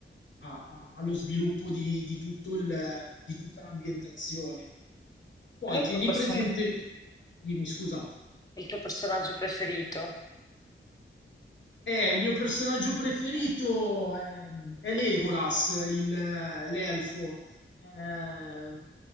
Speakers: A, on the left (about 65°); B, on the left (about 15°).
A: a- a- allo sviluppo di, di tutto il, di tutta l'ambientazione. Poi
B: Qual è il
A: tieni
B: tuo persona-
A: presente, dimmi scusa,
B: il tuo personaggio preferito?
A: Eh, il mio personaggio preferito ehm, è, Legolas, il, l'elfo. Eh,